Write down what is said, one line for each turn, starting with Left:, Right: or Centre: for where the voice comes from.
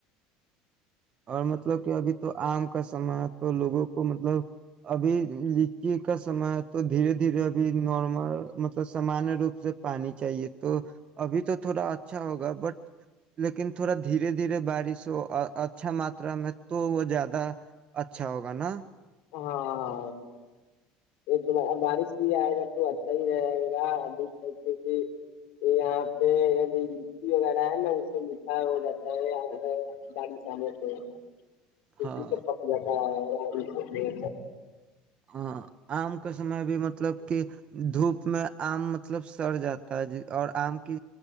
Right: اور مطلب کہ ابھی تو آم کا سمے ہے تو لوگوں کو مطلب ابھی لچی کا سمے ہے تو دھیرے دھیرے ابھی نارمل مطلب سامانیہ روپ سے پانی چاہیے تو ابھی تو تھوڑا اچھا ہوگا بٹ لیکن تھوڑا دھیرے دھیرے بارش ہو اچھا ماترا میں تو وہ زیادہ اچھا ہوگا نا
Left: ہاں ایک بارش بھی آئے گا تو اچھا ہی رہے گا ابھی کیکہ یہاں پہ اب لچی وغیرہ ہے نا اس سے میٹھا ہو جاتا ہے بارش آنے سے د
Right: ہاں
Left: پ ہاں
Right: ہاں آم کا سمے بھی مطلب کہ دھوپ میں آم م مطلب سڑ جاتا اور آم کی